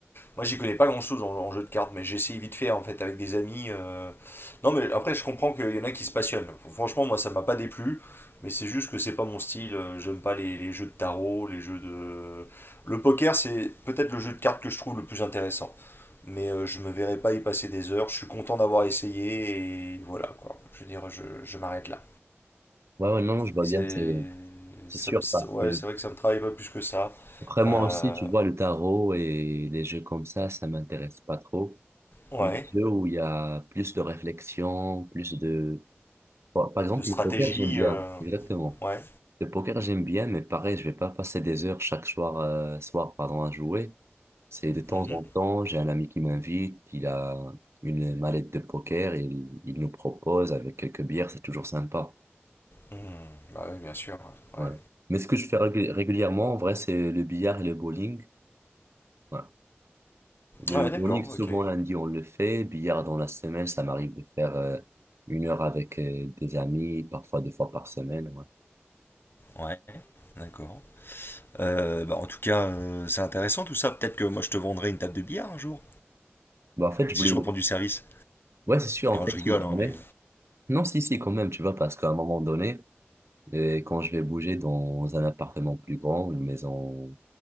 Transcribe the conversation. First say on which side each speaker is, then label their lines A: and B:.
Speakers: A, on the left (about 55°); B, on the right (about 75°).
A: Moi, j'y connais pas grand-chose en, en jeu de cartes, mais j'essaye vite fait en fait avec des amis. euh. Non, mais après, je comprends qu'il y en a qui se passionnent. Franchement, moi, ça m'a pas déplu, mais c'est juste que c'est pas mon style. Euh, J'aime pas les, les jeux de tarot, les jeux de. Le poker, c'est peut-être le jeu de cartes que je trouve le plus intéressant. mais euh, je me verrai pas y passer des heures. Je suis content d'avoir essayé et voilà quoi. Je veux dire, je, je m'arrête là.
B: Ouais, ouais, non, je vois
A: Mais
B: bien,
A: c'est,
B: c'est, c'est
A: ça
B: sûr,
A: me-
B: parce
A: ouais,
B: que
A: c'est vrai que ça me travaille pas plus que ça.
B: après moi
A: Euh,
B: aussi, tu vois, le tarot et les jeux comme ça, ça m'intéresse pas trop.
A: ouais,
B: Mais les jeux où il y a plus de réflexion, plus de... Par par exemple,
A: de stratégie,
B: le poker, j'aime bien.
A: euh,
B: Exactement.
A: ouais.
B: Le poker, j'aime bien, mais pareil, je vais pas passer des heures chaque soir, euh, soir, pardon, à jouer. C'est de temps
A: Mhm.
B: en temps, j'ai un ami qui m'invite, il a une mallette de poker, et il, il nous propose avec quelques bières, c'est toujours sympa.
A: Mhm. Bah oui, bien sûr. Ouais,
B: Voilà. Mais ce que je fais régul- régulièrement, en vrai, c'est le billard et le bowling. Voilà. Le
A: ouais Ouais,
B: bowling,
A: d'accord,
B: souvent
A: ok.
B: lundi, on le fait. Billard dans la semaine, ça m'arrive de faire euh, une heure avec euh, des amis, parfois deux fois par semaine. ouais.
A: Ouais, d'accord. Euh, bah, en tout cas, euh, c'est intéressant tout ça. Peut-être que moi je te vendrai une table de billard un jour,
B: Bah, en fait, je
A: si
B: voulais...
A: je reprends du service.
B: Ouais, c'est sûr, en
A: Non,
B: fait,
A: je rigole,
B: si
A: hein,
B: jamais...
A: mais.
B: Non, si, si, quand même, tu vois, parce qu'à un moment donné... Et quand je vais bouger dans un appartement plus grand, une maison